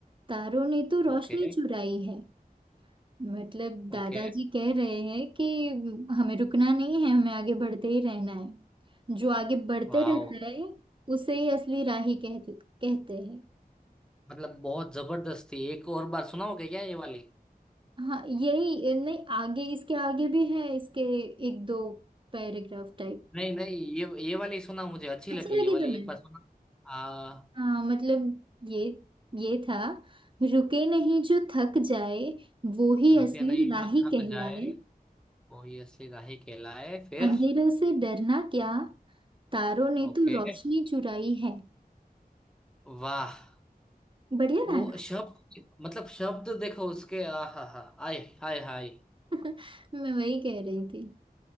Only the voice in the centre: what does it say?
Okay
Okay
Wow
मतलब बहुत जबरदस्त थी एक और बार सुनाओगे क्या ये वाली
नहीं नहीं ये ये वाली सुना मुझे अच्छी
लगी
ये वाली
एक बार सुना आ
रुके नहीं
जो थक
जाए वो ही असली राही कहलाए फिर
ओके
वाह
वो
शब्द मतलब शब्द देखो उसके आ हा हा आय हाय हाय